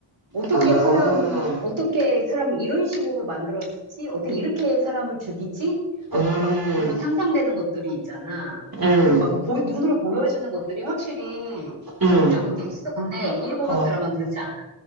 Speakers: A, on the right; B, on the right.
A: 어떻게
B: 아,
A: 사람, 어떻게 사람을 이런 식으로 만들었지? 어떻게 이렇게 사람을 죽이지? 막,
B: 음,
A: 막 그런 상상되는 것들이 있잖아.
B: 음,
A: 그리고 막그 보- 눈으로 보여주는 것들이 확실히
B: 음.
A: 자극적인 게 있어. 근데 일본
B: 어.
A: 드라마는 그렇지 않아.